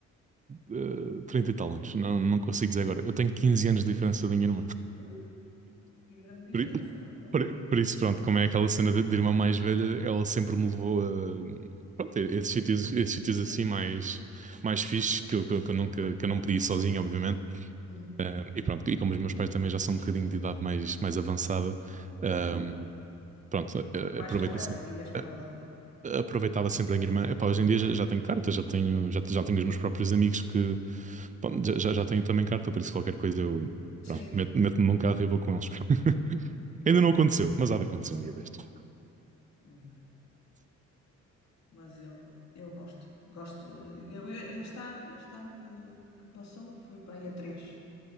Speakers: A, on the right; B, on the left.
A: eh, 30 e tal anos, não, não consigo dizer agora. Eu tenho 15 anos de diferença da minha irmã.
B: Ih, Que grande
A: Por,
B: diferença,
A: i-
B: é verdade.
A: por, i- por isso, pronto, como é aquela cena de, de irmã mais velha, ela sempre me levou a pronto, a esses sítios, esses sítios assim
B: Sim,
A: mais, mais fixes que eu, que eu, que eu nunca que eu não podia ir sozinho, obviamente.
B: uhum,
A: Ah, e pronto, e como os meus pais também já são um bocadinho de idade mais, mais avançada, ah,
B: claro.
A: pronto, ah,
B: Vais
A: aproveitei
B: com ela,
A: se-
B: ias com
A: ah,
B: ela.
A: Aproveitava sempre a minha irmã. Epá, hoje em dia já, já tenho carta, já tenho, já, já tenho os meus próprios amigos que bom, já, já já tenho também carta, por isso qualquer coisa eu
B: Sim,
A: pronto, meto- meto-me num carro e vou com eles. <laughs> Ainda não aconteceu, mas há de acontecer um dia destes.
B: exato. mas eu, eu gosto, gosto. Eu, eu- este ano, este ano que, que passou fui para aí a três.